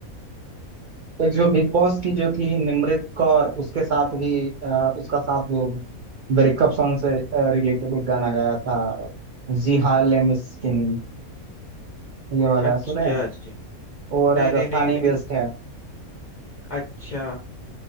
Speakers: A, on the right; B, on the left.
A: तो जो बिग बॉस की जो थी निमृत कौर उसके साथ भी अ, उसका साथ जो ब्रेकअप सॉन्ग से रिलेटेड एक गाना गाया था जी हाल है मिस्किन ये वाला
B: अच्छा
A: सुने हैं?
B: अच्छा
A: वो
B: नहीं
A: राजस्थानी
B: नहीं नहीं
A: बेस्ड
B: इत-
A: है
B: अच्छा